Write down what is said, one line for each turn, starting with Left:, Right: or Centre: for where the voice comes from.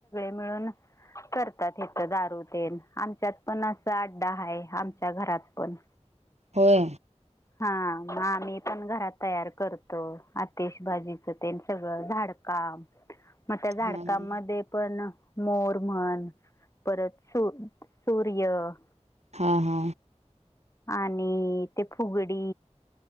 Left: मि करात दारू आमच्यात पण अस आड्डा आ. च्या घरात पण
Right: होय.
Left: हा मग आम्ही पण घरात तयार करतो आतिश भाजीच ते सगळं झाड. का मग त्या झाडकांमध्ये
Right: हां हां
Left: पण मोरमन परत सु सूर्य
Right: हा हा.
Left: आणि ते फुगडी